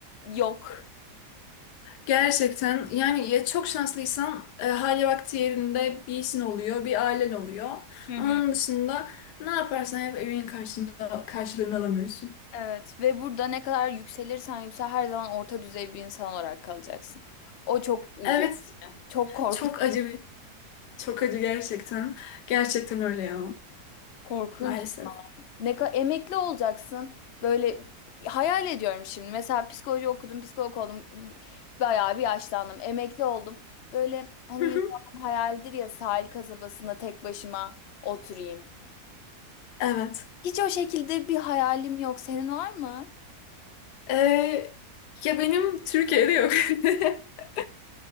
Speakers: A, on the left; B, on the left.
A: yok.
B: Gerçekten yani ya çok şanslıysan e, hali vakti yerinde bir işin oluyor, bir ailen oluyor.
A: Hı hı.
B: Ama onun dışında ne yaparsan yap evinin karşında, karşılığını alamıyorsun.
A: Evet ve burada ne kadar yükselirsen yüksel her zaman orta düzey bir insan olarak kalacaksın. O çok üzüyor.
B: Evet
A: Çok korku
B: çok acı bir, çok acı gerçekten. Gerçekten öyle ya
A: korkunç.
B: maalesef.
A: Ne kadar emekli olacaksın. Böyle hayal ediyorum şimdi. Mesela psikoloji okudum, psikolog oldum. Bayağı bir yaşlandım. Emekli oldum. Böyle hani
B: Hı hı.
A: insanın hayaldir ya sahil kasabasında tek başıma oturayım.
B: Evet.
A: Hiç o şekilde bir hayalim yok. Senin var mı?
B: Ee, ya benim Türkiye'de yok. <laughs>